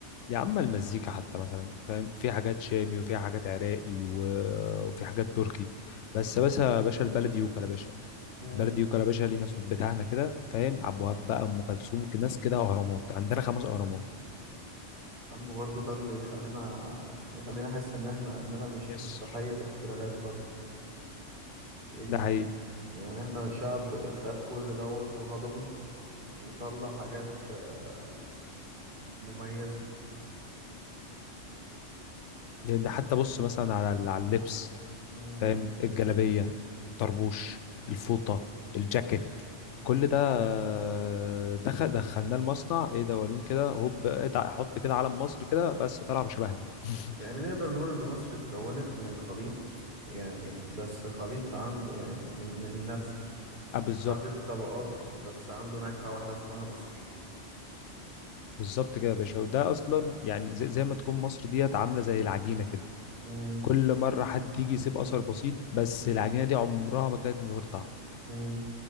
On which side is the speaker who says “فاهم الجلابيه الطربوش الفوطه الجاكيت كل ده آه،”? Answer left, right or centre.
Left